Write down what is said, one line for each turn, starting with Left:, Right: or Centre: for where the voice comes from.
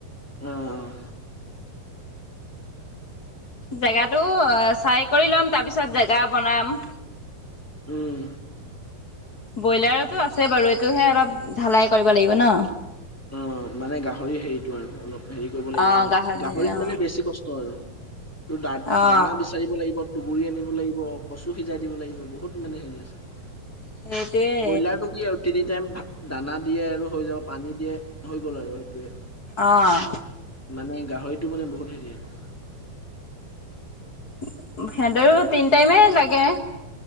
Centre: এ, অ'।
Left: জেগাতো চাই কৰি ল'ম, তাৰপিছত জেগা বনাম।
Centre: উম।
Left: ব্ৰইলাৰতো আছে বাৰু এইটোহে অলপ ঢালাই কৰিব লাগিব ন।
Centre: অ' মানে গাহৰি হেৰিটো আৰু অলপ হেৰি কৰিব লাগিব
Left: অ
Centre: মানে,
Left: গাহৰি
Centre: গাহৰিত
Left: অ
Centre: মানে বেছি কষ্ট আৰু। টো দা
Left: অ
Centre: দানা বিচ চাৰিব লাগিব, টুহগুৰি আনিব লাগিব, কচু সিজাই দিব লাগিব, বহুত মানে হেৰি আছে।
Left: সেইটোৱে
Centre: ব্ৰইলাৰ টো কি আৰু তিনি টাইম দানা দিয়ে আৰু হৈ যাব, পানী দিয়ে হৈ গ'ল আৰু সেইটোৱেই।
Left: অঁ।
Centre: মানে গাহৰিটো মানে বহুত হেৰি আৰু।
Left: সিহ'তৰো তিনি টাইমে লাগে।